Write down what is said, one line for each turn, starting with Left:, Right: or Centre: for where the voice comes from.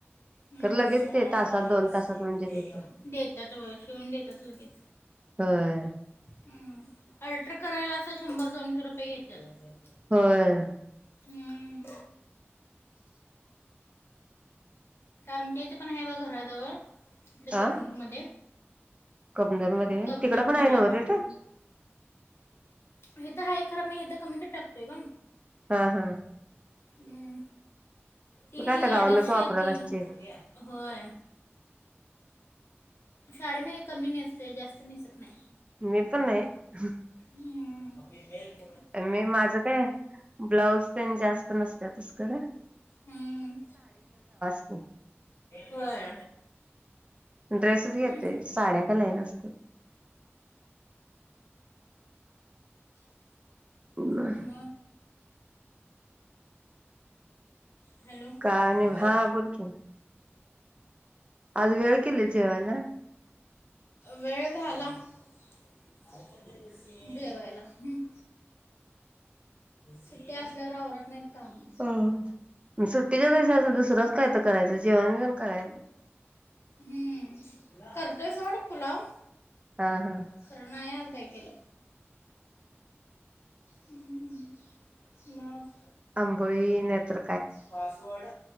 Left: हम्म
Right: खरं लगेच ते तासात
Left: हम्म
Right: दोन तासात म्हणजे देते
Left: देतात होय शिवून देत्यात लगेच.
Right: होय
Left: हम्म अल्ट्रर करायला अस शंभर दोनशे रुपये घेत्यात.
Right: होय
Left: हम्म आमच्या इथं पण आहे बघ घराजवळ कुठं
Right: हा
Left: कबनुरमध्ये?
Right: कमनोर मध्ये आहे
Left: कबनूर
Right: तिकडं पण
Left: मध्ये
Right: आहे नव्ह
Left: ह <inaudible>
Right: थिएटर
Left: हे तर आहे खर म हे त कमी का टाकते ग
Right: हा, हा
Left: हम्म ती
Right: तू काय आता गावावरनच
Left: अडीचशे
Right: वापरत
Left: तीन
Right: असशील
Left: होय. साड्या मी कमी नेसते जास्त नेसत नाय.
Right: मी पण नाही हः
Left: हं
Right: अन मी माझ काय ब्लाऊज तेन जास्त नसत्यातच खर.
Left: हम्म,
Right: की
Left: होय.
Right: ड्रेसच घेतोय
Left: हम्म
Right: साड्या काय लई नसत्यात
Left: <inaudible>
Right: मग
Left: म हॅलो
Right: काय नाही
Left: हा हा
Right: बोल की आज वेळ केली जेवायला
Left: वेळ झाला. <inaudible> जेवायला हम्म सु्ट्या असल्यावर आवरत नाहीत. कामच
Right: हो सुट्टीच्या दिवसाच अस दुसरच काय त करायच जेवणबीवण करायच
Left: हम्म. करतोय सोड पुुलाव.
Right: हा हा
Left: खरं नाय अग ट्राय केलं हं हं हं मग
Right: अंबोळी नायतर
Left: पासवर्ड